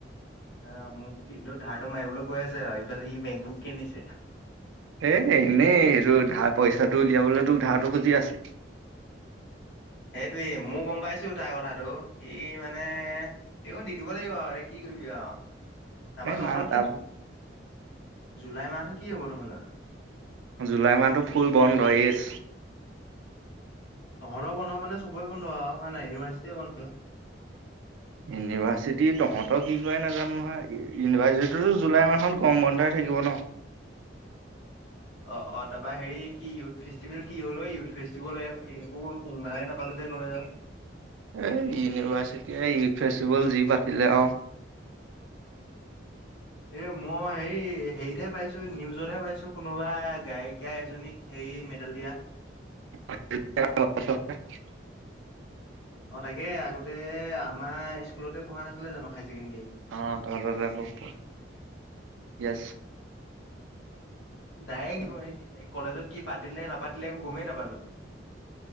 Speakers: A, on the left (about 70°); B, on the right (about 90°).
A: আহ মোক কিন্তু ধাৰটো মাৰিবলৈ কৈ আছে আৰু। ইফালে সি মেইন বুক কিনিছে।
B: এ এনেই সেইটো ধা পইচাটো উলিয়াবলৈ তোক ধাৰটো খুজি আছে।
A: সেইটোৱেই ময়ো গম পাইছো তাৰ কথাটো সি মানে তেওঁ দি দিব লাগিব আৰু এতিয়া কি কৰিবি আৰু তাৰপৰা
B: এ
A: তহঁতৰ
B: না তাৰ
A: কি <unintelligible> জুলাই মাহটো কি হ'ব তহঁতৰ
B: জুলাই মাহটো ফুল বন্ধ! য়েছ
A: তহঁতৰ বন্ধ মানে, চবৰেই বন্ধ আৰু হয় নে নাই, ইউনিভাৰ্চিটি বন্ধ?
B: ইউনিভাৰ্চিটি তহঁতৰ কি কৰে নাজানো নহয়। ইউনিভাৰ্চিটিতো জুলাই মাহত গৰম বন্ধই থাকিব ন'?
A: অ', অ' তাৰপৰা হেৰি, কি ইউথ ফেষ্টিভেল কি হ'ল ঐ ইউথ ফেষ্টিভেল <unintelligible> একো উম-ঘামে নাপালোঁ যে কলেজৰ।
B: এই ইউনিভাৰ্চিটিয়ে ইউথ ফেষ্টিভেল যি পাতিলে আৰু।
A: এই মই হেৰি হেৰিতহে পাইছো, নিউজতহে পাইছো কোনোবা গায়িকা এজনীক হেৰি মেডেল দিয়া।
B: <unintelligible>
A: অ', তাকে আগতে আমাৰ স্কুলতে পঢ়া নাছিলে জানো হাই ছেকেণ্ডেৰী।
B: অ', তহঁতৰ তাতে পঢ়িছিল। য়েছ।
A: ডাইৰেক্ট <unintelligible> কলেজত কি পাতিলে নাপাতিলে, একো গমেই নাপালোঁ।